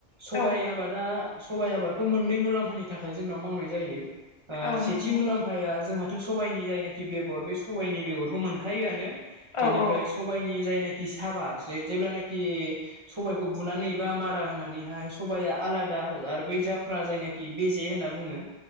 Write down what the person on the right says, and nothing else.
सबाइ
आबादा सबाइ आबादखौ मोननै मुलाम्फानि थाखाय जोंनाव मावनाय जायो। ओ
सेथि
मुलाम्फाया जोंहाथ' सबाय नि जायनाखि बेगर बे सबायनि बेगरखौ मोनखायोआनो। बेनिफ्राय
सबायाइनि जायनाखि साबा जे जेब्लानाखि सबाइखौ बुनानै बा मारा होनानैहाय सबाया आलादा आरो बै जाफ्रा जायनाखि बेजे होनना बुङो,